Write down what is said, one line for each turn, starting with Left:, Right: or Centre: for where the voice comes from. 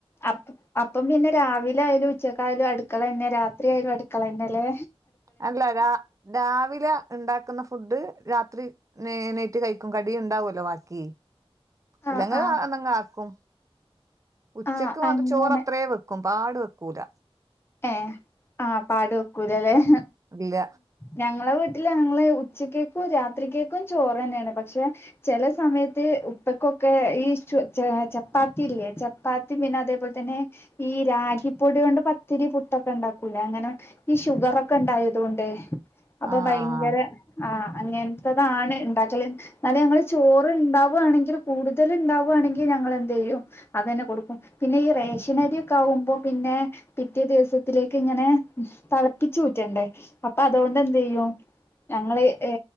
Left: അപ്പ അപ്പം പിന്നെ രാവിലെ ആയാലും ഉച്ചക്കായാലും അടുക്കള തന്നെ രാത്രിയാലും അടുക്കള തന്നെ അല്ലേ
Right: അല്ല രാ രാവിലെ ഉണ്ടാക്കുന്ന ഫുഡ് രാത്രി നേ നെയറ്റ് കഴിക്കും കടിയ ഉണ്ടാവല്ലോ ബാക്കി
Left: ആഹ്
Right: ഇല്ലെങ്കിൽ
Left: ആഹ്
Right: എന്നങ്ങ ആക്കും ഉച്ചക്ക്
Left: ആഹ്
Right: മാത്ര
Left: അങ്ങനെ
Right: ചോറ്ത്രയേ വെക്കും പാട് വെക്കൂല
Left: ഏ ആഹ് പാട് വെക്കൂലല്ലേഞ
Right: ഇല്ല
Left: ഞങ്ങളെ വീട്ടില് ഞങ്ങള് ഉച്ചക്കക്കും രാത്രിക്കക്കും ചോറ് തന്നെയാണ് പക്ഷെ ചെല സമയത്ത് ഇപ്പക്കൊക്കെ ഈ ചപ്പാത്തി ഇല്ലേ ചപ്പാത്തി പിന്നെ അതേപോലെ തന്നെ ഈ ക്കിപ്പൊടൊണ്ട് പത്തിരി പുട്ടൊക്കെ ഉണ്ടാക്കൂ ലെ അങ്ങനെ ഈ ഷുഗർ ഒക്കെ ഉണ്ടായത്കൊണ്ടേ അപ്പൊ
Right: ആഹ്
Left: ഭയങ്കര ആഹ് അങ്ങനത്തെതാണ് ഉണ്ടാക്കൽ എന്നാലും ഞങ്ങള് ചോറ് ഉണ്ടാവുകയാണെങ്കിൽ കൂടുതല് ഉണ്ടാവുകയാണെങ്കിൽ ഞങ്ങള് എന്ത് ചെയ്യും അത് തന്നെ കൊടുക്കും പിന്നെ ഈ റേഷനരിക്കെ ആകുമ്പോ പിന്നെ പിറ്റേ ദിവസത്തിലേക്ക് ഇങ്ങനെ തിളപ്പിച്ചു കൂറ്റണ്ടേ അപ്പൊ അതുകൊണ്ട് എന്ത് ചെയ്യും ഞങ്ങള് ഏ